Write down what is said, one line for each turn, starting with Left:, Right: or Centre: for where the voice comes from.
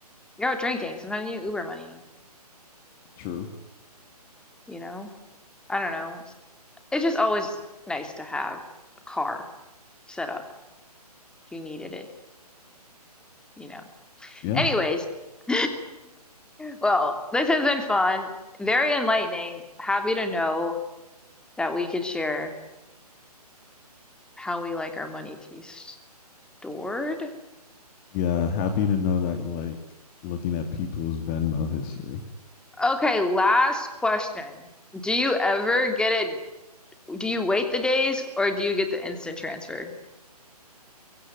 Centre: You're out drinking, sometimes you need Uber money,
Left: True.
Centre: you know. I don't know. It's just always nice to have a car set up if you needed it, you know.
Left: yeah,
Centre: Anyways, <laughs> well, this has been fun, very enlightening. Happy to know that we could share how we like our money to be stored.
Left: yeah. Happy to know that you like looking at people's Venmo history.
Centre: Okay, last question. Do you ever get it Do you wait the days or do you get the instant transfer?